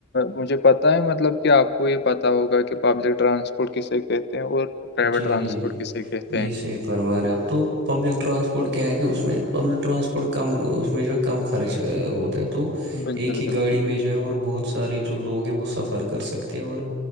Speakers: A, on the left (about 50°); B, on the right (about 55°).
A: مجھے پ تیں مطلب کہ آپ کو یہ پتتا ہوگا کہ پبلک ٹرانسپورٹ کسے کہتے ہیں اور پرائیویٹ
B: جی
A: ٹرانسپورٹ
B: جی جی
A: کسے کہتے
B: جی
A: ہیں
B: صحیح فرما رہا اب تو پبلک ٹرانسپورٹ کیا ہے کہ اس میں پبلک ٹرانسپورٹ کم اس میں جو کم خرچ ہوتا ہے تو
A: بالکل
B: ایک ہی
A: بالکل
B: گاڑی میں جو ہے اور بہت س سارے جو لوگ ہیں وہ سفر کر سکتے ہیں اور